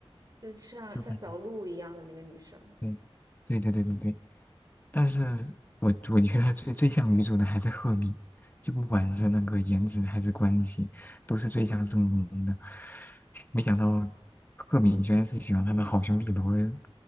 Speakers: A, on the right; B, on the left.
A: 就像像小鹿一样的那个女生。
B: 就是对，对对对对对。但是我我觉得最最像女主的还是赫敏，就不管是那个颜值还是关系，都是最像正宫的。没想到赫敏居然是喜欢他的好兄弟罗恩，